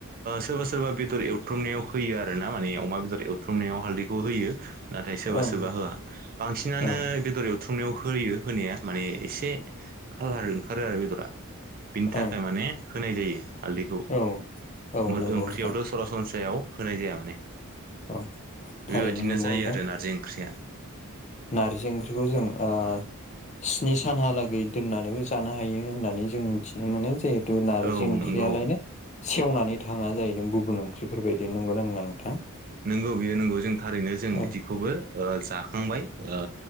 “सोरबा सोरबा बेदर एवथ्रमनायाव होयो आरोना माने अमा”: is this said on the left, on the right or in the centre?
Right